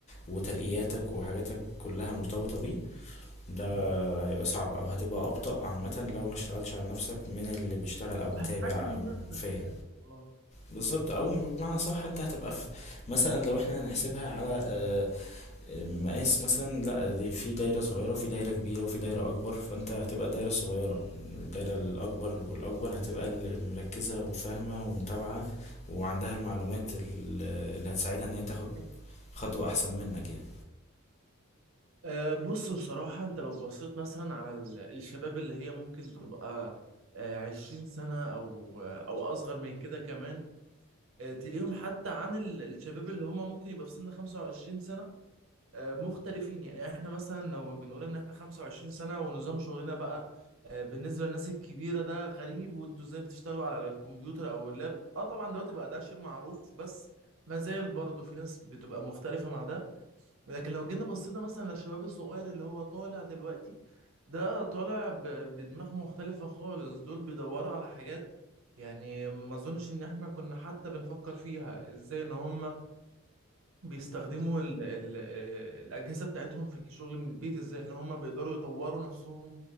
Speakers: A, on the left; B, on the right.
A: وترقياتك وحاجاتك كلها مرتبطة بيه ده
B: مم.
A: هيبقى صعب او هتبقى ابطأ عامة لو ما اشتغلتش على نفسك من اللي بيشتغل او متابع
B: هتحجم من
A: او
B: نفسك
A: فاهم
B: في الاخر اه
A: بالظبط
B: مم.
A: او بمعنى صح انت هتبقى في مثلا لو احنا هنحسبها على آه، مقاس مثلا لا دي في دايرة صغيرة وفي دايرة كبيرة وفي دايرة أكبر فأنت هتبقى الدايرة الصغيرة الدايرة الأكبر والأكبر هتبقى اللي مركزة وفاهمة ومتابعة وعندها المعلومات ال- اللي هتساعدها إن هي تاخد
B: مم.
A: خطوة أحسن منك يعني
B: آه، بص بصراحة أنت لو بصيت مثلا على ال- الشباب اللي هي ممكن تبقى آه، عشرين سنة أو آه، أو أصغر من كده كمان آه، تلاقيهم حتى عن ال- الشباب اللي هم ممكن يبقى في سن خمسة وعشرين سنة آه، مختلفين يعني احنا مثلا لو بنقول ان احنا 25 سنة ونظام شغلنا بقى آه، بالنسبة للناس الكبيرة ده غريب وانتوا ازاي بتشتغلوا على الكمبيوتر او اللاب اه طبعا دلوقتي بقى ده شيء معروف بس ما زال برضه في ناس بتبقى مختلفة مع ده لكن لو جينا بصينا مثلا للشباب الصغير اللي هو طالع دلوقتي ده طالع ب- بدماغ مختلفة خالص دول بيدوروا على حاجات يعني ما اظنش ان احنا كنا حتى بنفكر فيها ازاي ان هم بيستخدموا ال ال الأجهزة بتاعتهم في الشغل من البيت ازاي ان هم بيقدروا يطوروا نفسهم